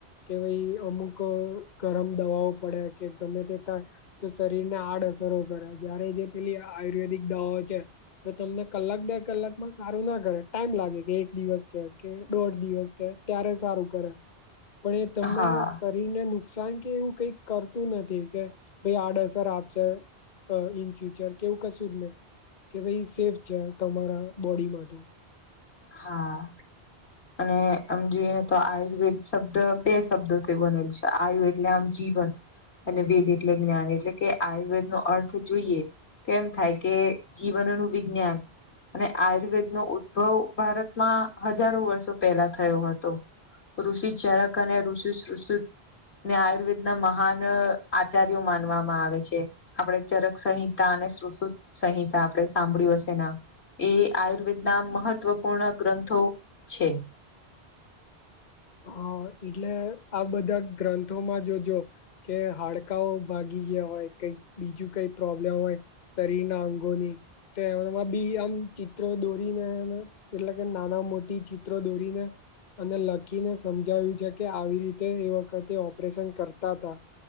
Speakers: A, on the left (about 45°); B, on the left (about 80°).
A: કે ભાઈ અમુક ગરમ દવાઓ પડે કે ગમે તે ત તો શરીરને આડઅસરો કરે જયારે જે પેલી આયુર્વેદિક દવાઓ છે તો તમને કલાક બે કલાકમાં સારું ના કરે ટાઈમ લાગે કે એક દિવસ છે કે દોઢ દિવસ છે ત્યારે સારું કરે પણ એ તમને
B: હા
A: શરીરને નુકસાન કે એવું કઈક કરતું નથી કે ભાઈ આડઅસર આપશે ઇન ફ્યુચર કેવું કશું જ નહીિ કે ભાઈ સેફ છે તમારા બોડી માટે
B: હા અને આમ જોઈએ તો આયુર્વેદ શબ્દ બે શબ્દો તે બનેલ છે આવ્યું એટલે આમ જીવન અને વેદ એટલે જ્ઞાન એટલે કે આયુર્વેદ નો અર્થ જોઈએ તો એમ થાય કે જીવનનું વિજ્ઞાન અને આયુર્વેદ નો ઉદભવ ભારતમાં હજારો વર્ષો પેલા થયો હતો ઋષિ ચરક અને ઋષિષ ને આયુર્વેદ ના મહાન આચાર્યો માનવામાં આવે છે આપણે ચરક સંહિતા અને શુશત સંહિતા આપણે સાંભળ્યું હશે ના એ આયુર્વેદના મહત્વપૂર્ણ ગ્રંથો છે
A: હા એટલે આ બધા ગ્રંથોમાં જોજો કે હાડકાઓ ભાગી ગયા હોય કઈક બીજું કઈ પ્રોબ્લેમ હોય શરીર ના અંગોની તો એમાં બી આમ ચિત્રો દોરીને એટલે કે નાના મોટી ચિત્રો દોરીને અને લખ બાકીને સમજાવ્યું છે કે આવી રીતે એ વખતે ઓપરેશન કરતા હતા